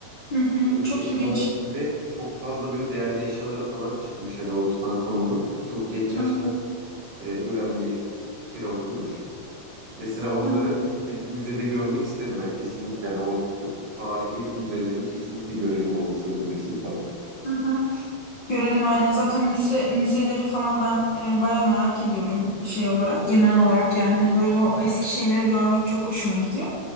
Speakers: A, on the left; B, on the right.
A: Hı hı,
B: Onun
A: çok
B: eşyaları
A: ilginç.
B: bir de çok fazla böyle değerli eşyaları falan çıkmış. Hani o Tutankamon'un çok genç yaşta
A: Hı hı.
B: e, ölen bir firavunmuş. Mesela onları
A: Hı hı.
B: gidip müzede görmek isterim ben kesinlikle. Yani o e, tarihi müzelerini kesinlikle görelim o Mısır Müzesi'ni falan.
A: Hı hı. Görelim aynen zaten müze, müzeleri falan ben e, bayağı merak ediyorum şey olarak genel olarak yani hani böyle o eski şeyleri görmek çok hoşuma gidiyor.